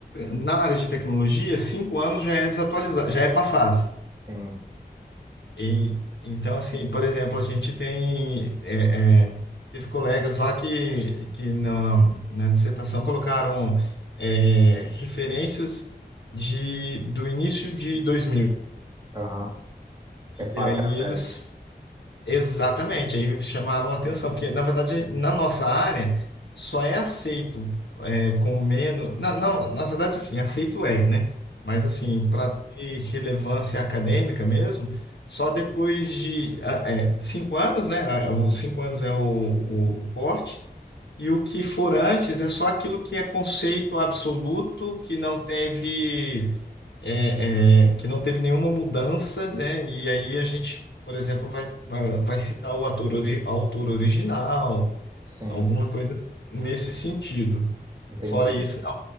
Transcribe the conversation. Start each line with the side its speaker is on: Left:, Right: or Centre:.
Left: na área de tecnologia, cinco anos já é desatualizado, já é passado.
Right: sim.
Left: E, então, assim, por exemplo, a gente tem, é, é, teve colegas lá que, que na, na dissertação colocaram, é, referências de, do início de dois mil
Right: Aham. É falar
Left: E aí
Right: que era
Left: eles
Right: velho.
Left: Exatamente, aí chamaram a atenção, porque na verdade na nossa área só é aceito é, com menos. Não, não, na verdade sim, aceito é, né? Mas assim, para ter relevância acadêmica mesmo, só depois de ah, é, de cinco anos, né? Ah, Os cinco anos é o, o, o corte, e o que for antes é só aquilo que é conceito absoluto, que não teve é, é, que não teve nenhuma mudança, né? E aí a gente, por exemplo, vai, vai, vai citar o ator, ori- autor original,
Right: Sim,
Left: alguma coisa nesse sentido.
Right: entendi.
Left: Fora isso, não.